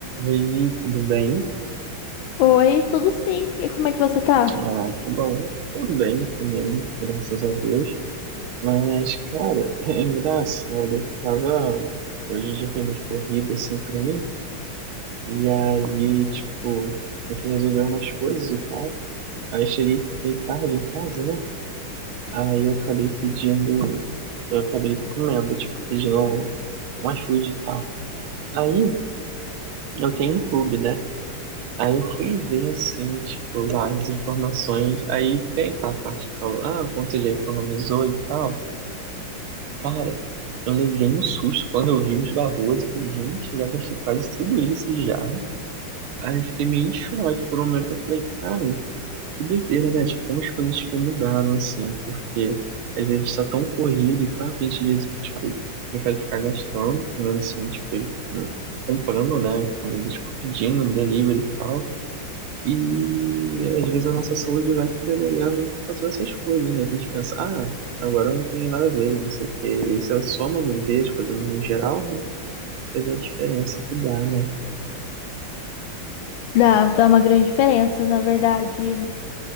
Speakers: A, on the right; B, on the left.
A: Oi, tudo bem?
B: Oi, tudo sim. E como é que você tá?
A: Ah, que bom. Tudo bem também, graças a Deus. Mas, cara, <laughs> é engraçado. Eu tava. Hoje o dia foi meio corrido, assim, pra mim. E aí, tipo, eu fui resolver umas coisas e tal. Aí eu cheguei meio tarde em casa, né? Aí eu acabei pedindo. Eu acabei comendo, tipo, pedindo um, um iFood e tal. Aí eu tenho um clube, né? Aí eu fui ver, assim, tipo, lá as informações. Aí tem aquela parte que falou, ah, quanto você já economizou e tal. Cara, eu levei um susto quando eu vi os valores. Eu Falei, gente, eu já gastei quase tudo isso já. Aí eu fiquei meio em choque por um momento. Eu falei, cara, que doideira, né? Tipo, como as coisas, tipo, mudaram, assim. Porque às vezes a gente tá tão corrido e tal, que a gente, às vezes, tipo, prefere ficar gastando. Pelo menos, assim, tipo, comprando, né? Comida, tipo, pedindo um delivery e tal e às vezes a nossa saúde vai pedalhar muito por causa dessas coisas, né? Que a gente pensa, ah, agora não tem nada a ver, não sei o quê. E se a soma não vê as coisas no geral, né? Você vê a diferença que dá, né?
B: Dá, dá uma grande diferença, na verdade.